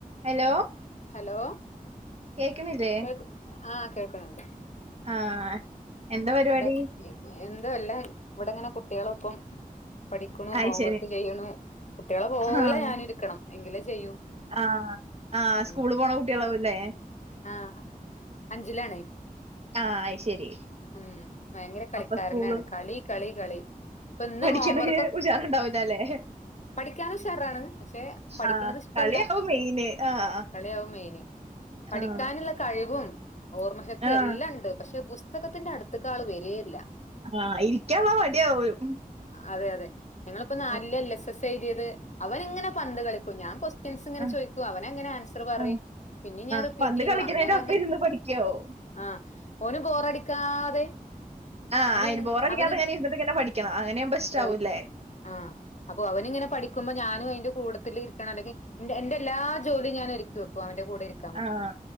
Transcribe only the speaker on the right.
hello
കേക്ക്ണില്ലേ
ആഹ് എന്താ
പരിപാടി
അയ്
ശരി
ആഹ്
ആഹ് ആഹ് സ്കൂള്
പോണ കുട്ടികളാവും ഇല്ലെ
ആഹ് അയ് ശരി
അപ്പൊ സ്കൂള്
പഠിക്കണേന്
ഉഷാറുണ്ടാവൂലല്ലേ
ആഹ്
കളിയാവും മെയിന് ആഹ്
ആഹ്
ആഹ്
ആ ഇരിക്കാവാ മടിയാവും
ആഹ്
ആഹ്
ആഹ്
ആഹ്
പണ്ട്
കളിക്കണേന്റെ
ഒപ്പം
ഇരുന്ന് പഠിക്കാവും
ആഹ്
അയിന് ബോറടിക്കാത്ത
ഞാന ഇരുന്നിട്ടിങന്നെ പഠിക്കണം അങ്ങനെ ഇഷ്ടാവൂല്ലേ
ആഹ്